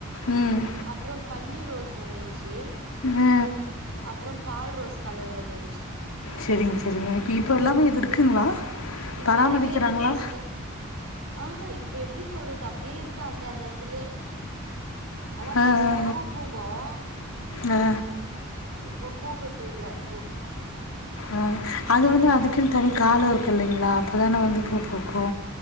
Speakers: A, on the left (about 80°); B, on the right (about 85°).
A: ம் ம்
B: அப்புறம் பன்னீர் ரோஸ் சோன்னிசு <unintelligible>
A: ஆ
B: அப்புறம் பால் ரோஸ் கலர் ஒண்ணுருஞ்சு.
A: சேரிங்க சேரிங்க இப்ப இப்ப எல்லாமே இது இருக்குங்களா
B: இப்ப
A: பராமரிக்கிறாங்களா
B: எல்லாமே இருக்கு சிஸ்டர் ஆஹஹ இப்ப எப்பிடி சொல்றது அப்து தீர்க்கு அந்த அந்த இடத்துலே ஆனா
A: ஆ
B: பஸ்லாம்
A: ஆ
B: பூ பூக்கும்
A: ஆ ஆ
B: இப்போ பூகுத்து இல்ல பூ
A: ஆஹ அது வந்து அதுக்குனு தனி காலோ இருக்கு இல்லிங்களா அப்புதானே வந்து பூ பூக்கு.